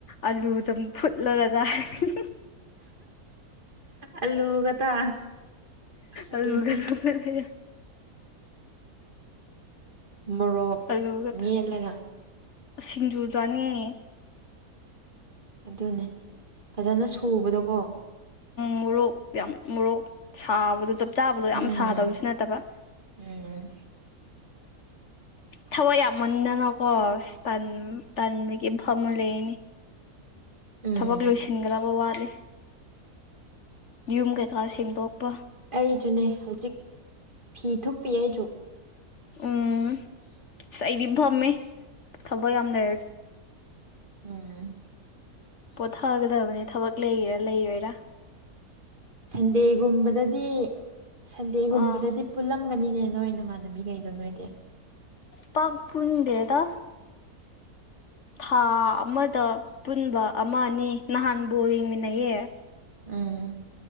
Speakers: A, on the left; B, on the right.
A: ꯑꯂꯨ ꯑꯗꯨꯨꯝ ꯐꯨꯠꯂꯒ ꯇꯥꯔꯦ
B: ꯑꯜꯂꯨꯒꯇꯥ ꯑꯗꯨꯗꯤ꯫
A: ꯑꯂꯨꯒ ꯆꯝꯐꯨꯠꯂꯒ
B: ꯃꯣꯔꯣꯛ
A: ꯑꯂꯨꯒ
B: ꯃꯦꯠꯂꯒ꯫
A: ꯁꯤꯡꯖꯨ ꯆꯥꯅꯤꯡꯉꯦ꯫
B: ꯑꯗꯨꯅꯦ꯫ ꯐꯖꯅ ꯁꯨꯕꯗꯣꯀꯣ꯫
A: ꯃꯨꯔꯣꯛ ꯌꯥꯝ ꯃꯣꯔꯣꯛ꯫ ꯁꯥꯕꯗ ꯆꯠ ꯆꯥꯕꯗꯣ
B: ꯎꯝ
A: ꯌꯥꯝ ꯁꯥꯗꯕꯁꯨ ꯅꯠꯇꯕ꯫
B: ꯎꯝ
A: ꯊꯋꯥꯏ ꯌꯥꯝꯃꯟꯗꯅꯀꯣ꯫
B: ꯑꯁ
A: ꯇꯥꯟ ꯇꯥꯟꯃꯤꯒꯤ ꯐꯝꯃꯥ ꯂꯩꯅꯤ꯫
B: ꯎꯝ
A: ꯊꯕꯛ ꯂꯣꯏꯁꯤꯟꯒꯗꯕ ꯋꯥꯠꯂꯤ꯫ ꯌꯨꯝ ꯀꯩꯀꯥꯁ ꯁꯦꯡꯗꯣꯛꯄ꯫
B: ꯑꯩꯁꯨꯅꯦ ꯍꯧꯖꯤꯛ ꯐꯤ ꯊꯨꯞꯄꯤ ꯑꯩꯁꯨ꯫
A: ꯎꯝ ꯉꯁ ꯑꯩꯗꯤ ꯐꯝꯃꯦ ꯊꯕꯛ ꯌꯥꯝ ꯂꯩꯔꯁꯦ
B: ꯎꯝ꯫
A: ꯄꯣꯊꯒꯗꯕꯅꯦ ꯊꯕꯛ ꯂꯩꯔꯥ ꯂꯩꯔꯒꯥ꯫
B: ꯁꯟꯗꯦꯒꯨꯝꯕꯗꯗꯤ ꯁꯟꯗꯦꯒꯨꯝꯕꯗꯗꯤ
A: ꯑꯥ
B: ꯄꯨꯜꯂꯝꯒꯅꯤꯅꯦ ꯅꯣꯏ ꯅꯥꯃꯟ ꯅꯕꯤ ꯀꯩꯗ ꯅꯣꯏꯗꯦ꯫
A: ꯄꯥꯛ ꯄꯨꯟꯗꯦꯗ꯫ ꯊꯥ ꯑꯃꯗ ꯄꯨꯟꯕ ꯑꯃ ꯑꯅꯤ ꯅꯍꯥꯟꯕꯨ ꯌꯦꯡꯃꯤꯟꯅꯩꯌꯦ꯫
B: ꯎꯝ꯫